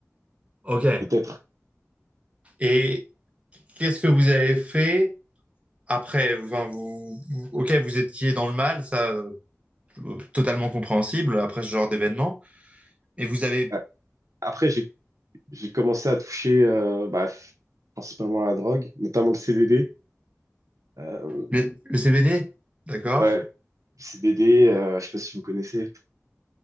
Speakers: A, on the right; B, on the right.
A: Ok.
B: Peut-être.
A: Et qu'est-ce que vous avez fait? Après, enfin, vous, vous- ok, vous étiez dans le mal, ça, euh, totalement compréhensible après ce genre d'événement. Et vous avez
B: Euh, Après, j'ai j'ai commencé à toucher euh, bah, f- principalement à la drogue, notamment le CBD. Euh,
A: le, le CBD, d'accord?
B: ouais, le CBD, euh, je sais pas si vous connaissez.